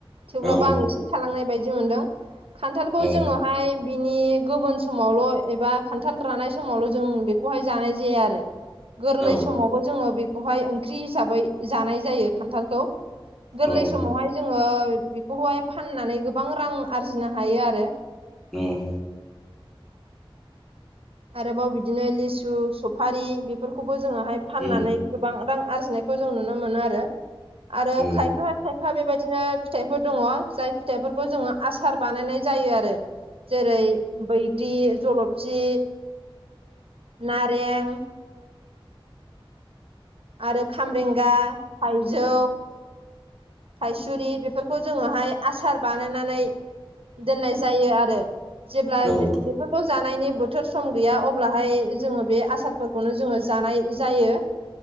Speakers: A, on the right; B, in the centre.
A: थेवब्लाबो
B: औ
A: आं एसे थालांनाय बायदि मोनदों खान्थालखौ
B: औ
A: जोंङो हाय बिनि गोमोन समावल' एबा खान्थाल रानाय समावल' जों बेखौहाय जानाय जाया आरो गोरलै
B: औ
A: समावबो जोंङो बेखौहाय ओंख्रि हिसाबै जानाय जायो खान्थालखौ गोरलै
B: औ उम
A: समावहाय जोंङो बेखौहाय फाननानै गोबां रां आरजिनो हायो आरो
B: उम
A: आरोबाव बिदिनो लिसु सफारि बेफोरखौबो जोंङोहाय फाननानै
B: उम
A: गोबां रां आरजिनायखौ जों नुनो मोनो आरो आरो
B: औ
A: खायफा खायफा बेबायदिनो फिथाइफोर दंङो जाय फिथाइफोरखौ जोंङो आसार बानायनाय जायो आरो जेरै बैग्रि जलफि नारें आरो खामरेंगा थाइजौ थायसुरि बेफोरखौ जोंङोहाय आसार बानायनानै दोननाय जायो आरो जेब्ला
B: औ
A: बेफोरखौ जानायनि बोथोर सम गैया अब्लाहाय जोंङो बे आसारफोरखौनो जोंङो जानाय जायो।